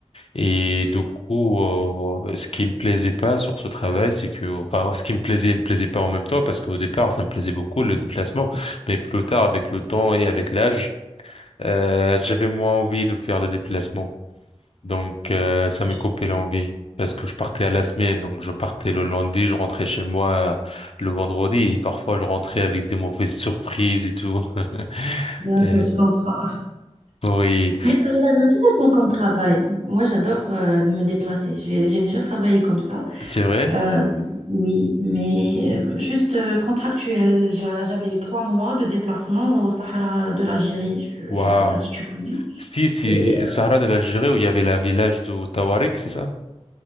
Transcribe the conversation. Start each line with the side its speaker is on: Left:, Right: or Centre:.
Left: Et du coup, euh, ce qui me plaisait pas sur ce travail, c'est que, enfin, ce qui me plaisait et me plaisait pas en même temps, parce qu'au départ, ça me plaisait beaucoup le déplacement, mais plus tard, avec le temps et avec l'âge, euh, j'avais moins envie de faire des déplacements. Donc, euh, ça
Right: Je
Left: me coupait
Right: comprends.
Left: l'envie, parce que je partais à la semaine, donc je partais le lundi, je rentrais chez moi le vendredi, et parfois je rentrais avec des mauvaises surprises et tout. <laughs>
Right: D'accord,
Left: Et-
Right: je comprends.
Left: oui,
Right: Mais ça a l'air intéressant comme travail. Moi, j'adore euh, me déplacer. J'ai j'ai déjà travaillé comme ça.
Left: c'est vrai.
Right: Euh, oui, mais euh, juste euh, contractuel. J'a- J'avais eu trois mois de déplacement au Sahara de l'Algérie.
Left: Waouh.
Right: Je ne sais pas si tu connais.
Left: Si, c'est
Right: Et euh,
Left: Sahara de l'Algérie où il y avait la village de Tawarik, c'est ça?